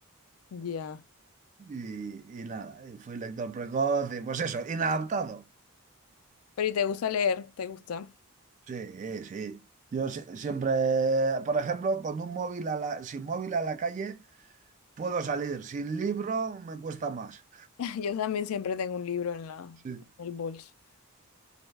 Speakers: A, on the left; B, on the right.
A: Ya.
B: Y, y nada, y fui lector precoz y pues eso, inadaptado.
A: Pero ¿y te gusta leer? ¿Te gusta?
B: Sí, eh, sí. Yo si- siempre, por ejemplo, con un móvil a la, sin móvil a la calle puedo salir, sin libro me cuesta más.
A: <laughs> Yo también siempre tengo un libro en la,
B: Sí.
A: en el bolso.